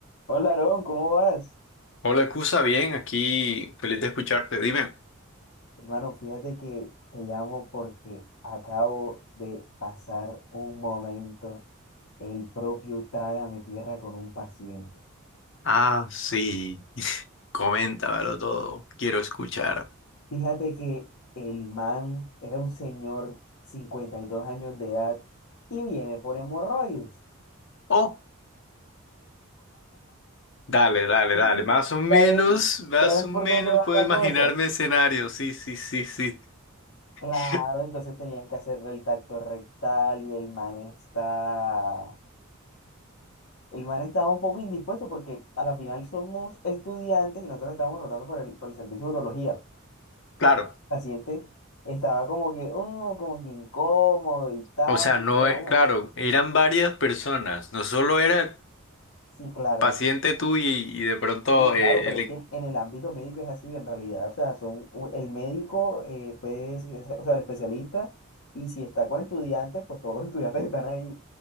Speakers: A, on the left; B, on the left.
A: Hola, Aarón, ¿cómo vas?
B: Hola, Cusa, bien, aquí feliz de escucharte. Dime.
A: Hermano, fíjate que te llamo porque acabo de pasar un momento, el propio Trágame Tierra con un paciente.
B: Ah, sí. <laughs> Coméntamelo todo. Quiero escuchar.
A: Fíjate que el man era un señor, 52 años de edad, y viene por hemorroides.
B: Oh, dale,
A: <laughs>
B: dale,
A: Entonces,
B: dale. Más o menos,
A: ¿ya ves?
B: más
A: ¿Ya ves
B: o menos
A: por dónde va
B: puedo
A: la
B: imaginarme
A: cosa?
B: escenarios. Sí, sí, sí, sí.
A: Claro,
B: <laughs>
A: entonces tenían que hacerle el tacto rectal y el man está El man estaba un poco indispuesto porque a la final somos estudiantes y nosotros estábamos rotando por el, por el servicio de urología. El
B: Claro.
A: paciente estaba como que, "Oh", como que incómodo y tal,
B: O sea, no,
A: pero
B: e-
A: bueno,
B: claro, eran varias personas. No solo era el
A: sí, claro,
B: paciente tú y, y de pronto
A: sí, claro,
B: eh,
A: pero
B: el...
A: es que en el ámbito médico es así en realidad, o sea, son u- el médico, eh, pues, es- o sea, el especialista, y si está con estudiantes, pues todos los <laughs> estudiantes están ahí.